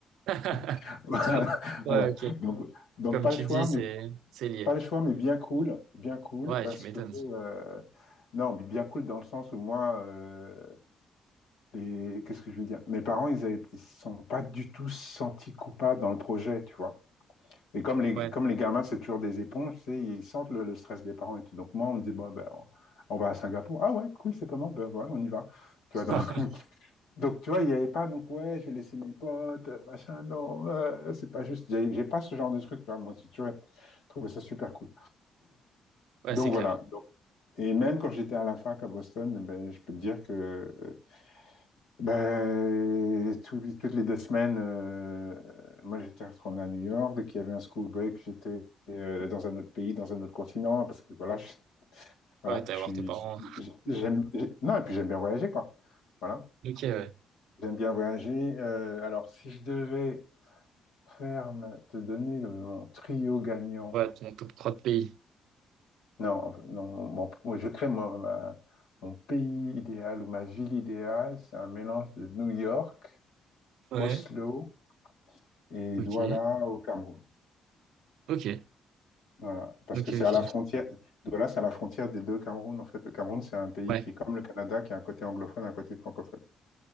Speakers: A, on the right (about 80°); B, on the left (about 85°).
A: <laughs>
B: <laughs>
A: Ouais,
B: Voilà.
A: ok.
B: Donc, donc,
A: Comme
B: pas
A: tu
B: le choix,
A: dis,
B: mais,
A: c'est, c'est lié.
B: pas le choix, mais bien cool. Bien cool
A: Ouais,
B: parce
A: tu m'étonnes.
B: que. euh, non, mais bien cool dans le sens où moi, euh, les- Qu'est-ce que je veux dire? Mes parents, ils avaient... ils se sont pas du tout sentis coupables dans le projet, tu vois. Et comme les,
A: Ouais.
B: comme les gamins, c'est toujours des éponges, tu sais, ils sentent le, le stress des parents et tout. Donc moi, on me dit, bon, ben, on, on va à Singapour. Ah ouais, cool, c'est comment? Ben ouais, on y va. Tu vois, donc,
A: <laughs>
B: <laughs> donc, tu vois, il n'y avait pas, donc ouais, je vais laisser mes potes, euh, machin, non, euh, c'est pas juste. J'ai j'ai pas ce genre de truc, tu vois. Moi, tu vois, je trouvais ça super cool.
A: Ouais,
B: Donc
A: c'est clair.
B: voilà. Donc, et même quand j'étais à la fac à Boston, ben, je peux te dire que euh, Ben, tous toutes les deux semaines, euh, moi j'étais retourné à New York. Dès qu'il y avait un school break, j'étais euh, dans un autre pays, dans un autre continent, parce que voilà, je, voilà,
A: Ouais, t'as
B: je
A: à voir
B: suis,
A: tes parents.
B: j'- j'aime, j'ai- non, et puis j'aime bien voyager, quoi. Voilà,
A: Ok, ouais.
B: j'aime bien voyager. Euh, alors, si je devais faire, ma- te donner le, mon trio gagnant,
A: Ouais, ton top 3 de pays.
B: non, en fait, non, mon- moi, je crée mon, ma- mon pays idéal ou ma ville idéale, c'est un mélange de New York,
A: Ouais.
B: Oslo. et
A: Ok.
B: Douala au Cameroun.
A: Ok,
B: Voilà. Parce
A: ok,
B: que c'est
A: ok.
B: à la frontière, Douala, c'est à la frontière des deux Cameroun. En fait, le Cameroun, c'est un pays
A: Ouais,
B: qui est comme le Canada, qui a un côté anglophone et un côté francophone.